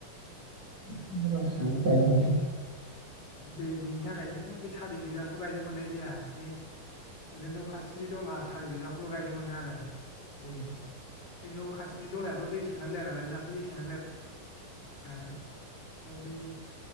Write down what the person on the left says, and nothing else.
जोंनाबो
दै गैयिनि थाखायनो बे सारि बिगाखौ गायनो मोननाय जाया बेयो बिदिनो अखा हादै थिनि दलहा सारि बिगाखौल' गायनो मोनो आरो
बे न' खाथिनि दलायाथ' दै सोनांलाया नालाय जाम्फै दै सोनांलाया नालाय ओमफ्राय बे